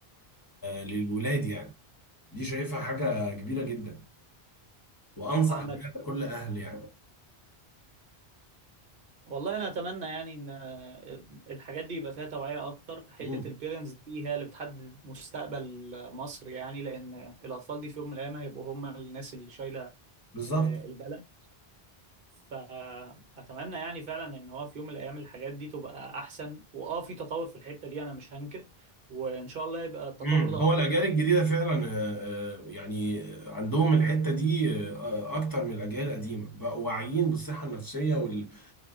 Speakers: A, on the left; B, on the right.
A: للولاد يعني دي شايفها حاجه كبيره جدا وانصح
B: عندك
A: بيها لكل اهل يعني
B: والله انا اتمنى يعني ان آه، الحاجات دي يبقى فيها توعيه اكتر حته
A: مم.
B: البيرنتس دي هي اللي بتحدد مستقبل مصر يعني لان الاطفال دي في يوم من الايام هيبقوا هما الناس اللي شايله
A: بالظبط
B: آه، البلد فأتمنى يعني فعلا إن هو في يوم من الأيام الحاجات دي تبقى أحسن وأه في تطور في الحتة دي أنا مش هنكر وإن شاء الله يبقى التطور
A: مم.
B: ده
A: هو
B: أقوى
A: الاجيال الجديده فعلا آه، آه، يعني آه، عندهم الحته دي آه، آه، اكتر من الاجيال القديمه بقوا واعيين بالصحه النفسيه والصحة